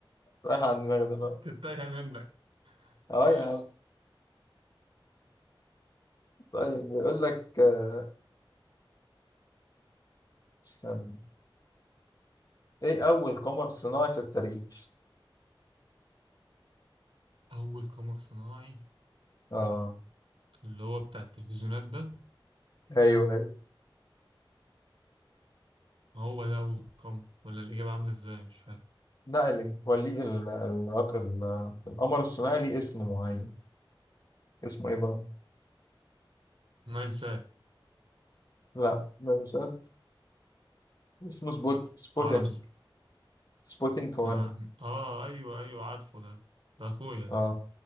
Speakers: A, on the left; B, on the right.
A: رايحة عن دماغي دلوقتي
B: كنت تايهة منك
A: اه
B: ماشي
A: يا عم طيب بيقول لك آه، استنى ايه اول قمر صناعي في التاريخ
B: أول قمر صناعي
A: اه
B: اللي هو بتاع التلفزيونات ده
A: ايوه ايوه
B: هو ده أول قمر ولا الإجابة عاملة إزاي مش فاهم
A: لا اللي هو ليه ال- الرق- ال- القمر الصناعي ليه اسم معين اسمه ايه بقى
B: نايل ساب
A: لا مش عارف. اسمه سبوت سبوتينج
B: عرب س...
A: سبوتينج 1
B: مع آه أيوه أيوه عارفه ده ده أخويا ده
A: اه
B: <laughs>